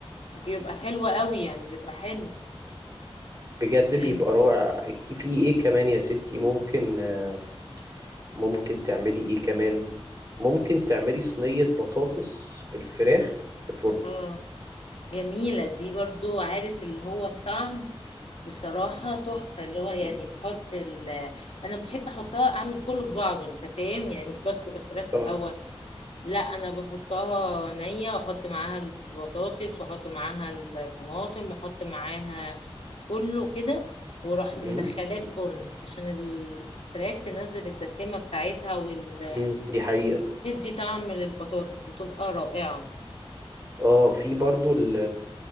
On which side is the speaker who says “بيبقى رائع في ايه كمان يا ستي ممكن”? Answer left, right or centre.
Right